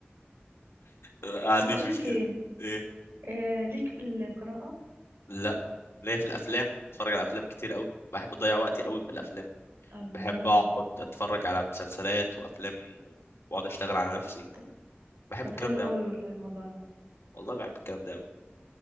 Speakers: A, on the left; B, on the right.
A: آه، ما عنديش
B: طب اقول لك
A: مشكلة
B: ايه
A: إيه
B: آه، ليك في القراءة
A: لا ليا في الأفلام بتفرج على أفلام كتير قوي بحب أضيع وقتي قوي في الأفلام
B: الله
A: بحب اقعد اتفرج على مسلسلات وافلام واقعد اشتغل على نفسي
B: طب
A: بحب
B: طب
A: الكلام
B: حلو
A: ده
B: قوي
A: أوي.
B: والله الموضوع ده
A: والله بحب الكلام ده أوي.